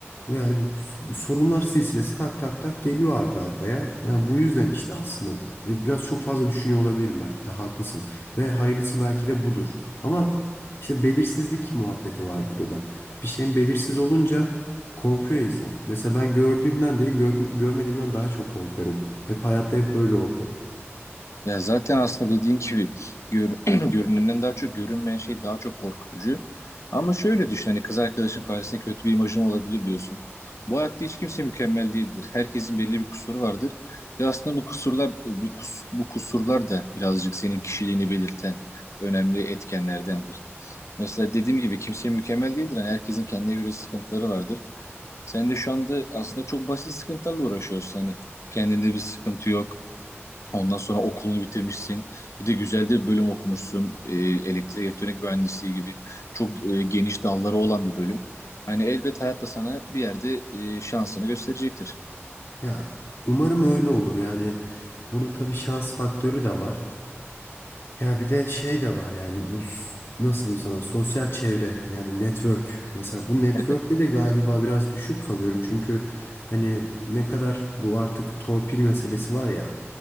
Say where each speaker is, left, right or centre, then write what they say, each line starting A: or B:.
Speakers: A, on the left; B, on the left.
A: yani sorunlar silsilesi tak tak tak geliyor arka arkaya. Yani bu yüzden işte aslında biraz çok fazla düşünüyor olabilirim belki de haklısın. Ve hayırlısı belki de budur. Ama işte belirsizlik muhabbeti var burada da. Bir şeyin belirsiz olunca korkuyor insan. Mesela ben gördüğümden değil gör- görmediğimden daha çok korkarım. Hep hayatta hep böyle oldu.
B: Ya zaten aslında dediğin gibi gör, <clears throat> görünenden daha çok görünmeyen şey daha çok korkutucu. Ama şöyle düşün hani kız arkadaşın karşısında kötü bir imajım olabilir diyorsun. Bu hayatta hiç kimse mükemmel değildir. Herkesin belli bir kusuru vardır. Ve aslında bu kusurlar bu, kus, bu kusurlar da birazcık senin kişiliğini belirten önemli etkenlerdendir. Mesela dediğim gibi kimse mükemmel değildir. Hani herkesin kendine göre sıkıntıları vardır. Sen de şu anda aslında çok basit sıkıntılarla uğraşıyorsun. Hani kendinde bir sıkıntı yok. Ondan sonra okulunu bitirmişsin. Bir de güzel de bir bölüm okumuşsun. Ee, elektrik elektronik mühendisliği gibi çok e, geniş dalları olan bir bölüm. Hani elbet hayat da sana bir yerde e, şansını gösterecektir.
A: Ya umarım öyle olur. Yani burada tabii şans faktörü de var. Ya bir de şey de var yani bu s- nasıl diyeyim sana sosyal çevre yani network. Mesela bu network'te
B: Evet.
A: de galiba biraz düşük kalıyorum. Çünkü hani ne kadar bu artık torpil meselesi var ya.